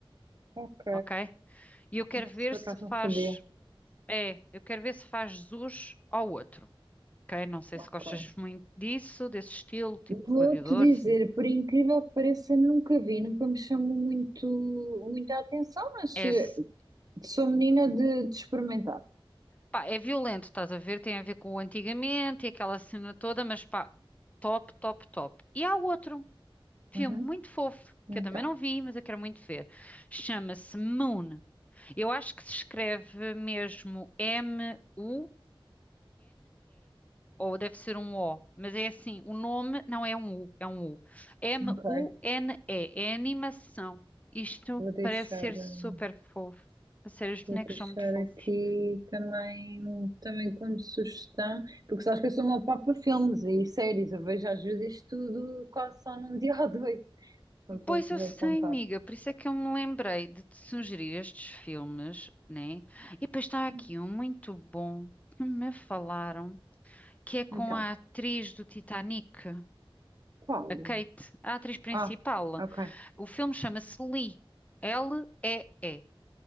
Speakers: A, on the right; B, on the left.
A: Ok.
B: ok? E eu quero
A: Não
B: ver
A: sei se por acaso
B: se faz,
A: não sabia.
B: é, eu quero ver se faz jus ao outro, ok? Não sei
A: Ok.
B: se gostas muito disso, desse estilo, tipo
A: Vou-te
B: Gladiador,
A: dizer,
B: sim.
A: por incrível que pareça, nunca vi, nunca me chamou muito, muita atenção, mas
B: É,
A: eh,
B: se-
A: sou menina de, de experimentar.
B: pá, é violento, estás a ver? Tem a ver com o antigamente e aquela cena toda, mas pá, top, top, top. E há outro. Filme
A: Uhum.
B: muito fofo,
A: Então,
B: que eu também não vi, mas eu quero muito ver. Chama-se Moon. Eu acho que se escreve mesmo M-U-N-E. Ou deve ser um O, mas é assim, o nome não é um U, é um U. M-U-N-E,
A: ok.
B: é animação. Isto
A: Vou deixar,
B: parece ser
A: hum,
B: super fofo. A sério, os bonecos
A: vou deixar
B: são muito fofos.
A: aqui também, também como sugestão, porque sabes que eu sou uma papa filmes e séries, eu vejo às vezes tudo quase só num <laughs> dia ou dois. Portanto,
B: Pois
A: vou, vou
B: eu sei,
A: apontar.
B: amiga, por isso é que eu me lembrei de te sugerir estes filmes, né? E depois está
A: Sim.
B: aqui um muito bom que me falaram. que é com
A: Então,
B: a atriz do Titanic,
A: qual?
B: a Kate, a atriz principal.
A: Ah, ok.
B: O filme chama-se Lee, L-E-E.